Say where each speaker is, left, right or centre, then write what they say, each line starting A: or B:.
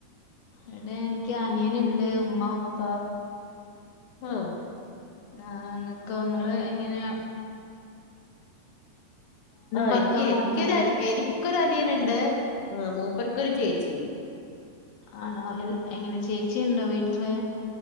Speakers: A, on the left; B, on the left.
A: ഇവിടെ എനിക്ക് അനിയനണ്ട് ഉമ്മ ഉപ്പ
B: ആ
A: ആഇങ്ങക്കോ ഇങ്ങൾ എങ്ങനെയ
B: ആ
A: ഭർത്താവും
B: എനികോഎനിക്ക്
A: മാത്രേ
B: എനി എനിക്ക് ഒരു അനിയനുണ്ട് ആ മൂപ്പർക്ക്കൊരു ചേച്ചിയുണ്ട്
A: ആണോ എ എങ്ങനെ ചേച്ചീണ്ടോ വീട്ടില്